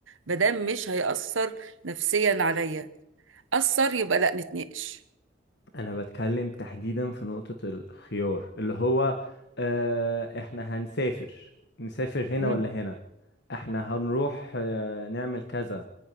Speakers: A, on the right; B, on the left.
A: مادام مش هيأثر نفسيا عليا أثر يبقى لا نتناقش
B: انا بتكلم تحديدا في نقطة الخيار اللي هو آه احنا هنسافر نسافر هنا
A: مم.
B: ولا هنا احنا هنروح آه نعمل كذا